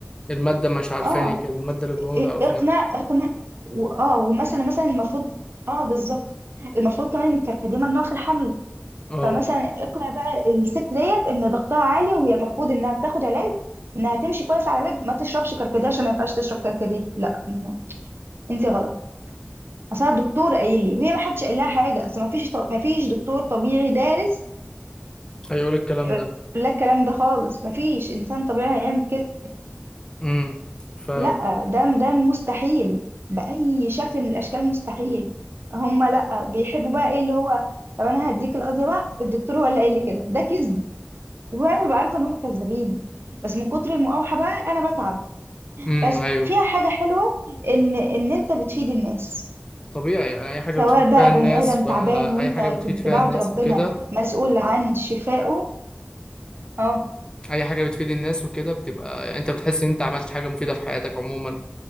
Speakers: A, on the left; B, on the right.
A: المادة مش عارفاني
B: اه
A: كده المادة اللي جوه
B: إ-
A: ما تعرفنيش
B: اقنع اقنع و- اه ومثلا مثلا المفروض اه بالظبط المفروض كمان ان الكركديه ممنوع في الحمل
A: اه
B: فمثلا اقنع بقى الست ديت ان ضغطها عالي وهي المفروض انها بتاخد علاج انها تمشي كويس على علاج ما تشربش كركديه عشان ما ينفعش تشرب كركديه لا انت غلط اصل أنا الدكتور قايل لي وهي ما حدش قال لها حاجه اصل ما فيش طب... ما فيش دكتور طبيعي دارس
A: هيقول الكلام
B: هيقول
A: ده
B: لك الكلام ده خالص ما فيش انسان طبيعي هيعمل كده
A: امم ف
B: لا ده ده مستحيل باي شكل من الاشكال مستحيل هم لا بيحبوا بقى ايه اللي هو طب انا هديك القضيه بقى الدكتور هو اللي قال لي كده ده كذب وانا ببقى عارفه ان هم كذابين بس من كتر المقاوحه بقى انا بتعب
A: امم
B: بس
A: ايوه
B: فيها حاجه حلوه ان ان انت بتفيد الناس
A: طبيعي يعني اي حاجة
B: سواء
A: بتفيد
B: بقى
A: فيها الناس
B: بني آدم
A: فاي
B: تعبان وانت
A: حاجة بتفيد
B: كنت
A: فيها
B: بعد
A: الناس
B: ربنا
A: وكده
B: مسؤول عن شفائه اه
A: اي حاجة بتفيد الناس وكده بتبقى يعني انت بتحس ان انت عملت حاجة مفيدة في حياتك عموما